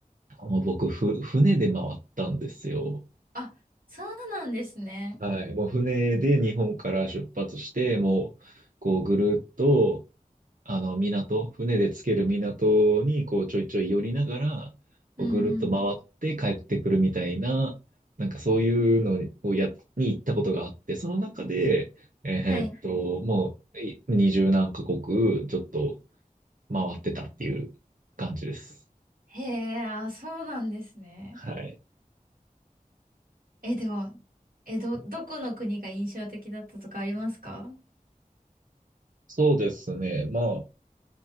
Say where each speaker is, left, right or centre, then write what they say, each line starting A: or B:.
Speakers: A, on the right (about 65°); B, on the right (about 80°).
A: あの僕、ふ、船で回ったんですよ。
B: あ、そうなんですね。
A: はい。もう船で日本から出発して、もう、こうぐるっと、あの、港、船でつける港に、こうちょいちょい寄りながら、こうぐるっと回って帰ってくるみたいな、
B: うんうん。
A: なんかそういうのをや、に行ったことがあって、その中で、えーっと、
B: はい。
A: もう、い二十何カ国、ちょっと回ってたっていう感じです。
B: へえ、あ、そうなんですね。
A: はい。
B: え、でも、え、ど、どこの国が印象的だったとかありますか
A: そうですね。まあ、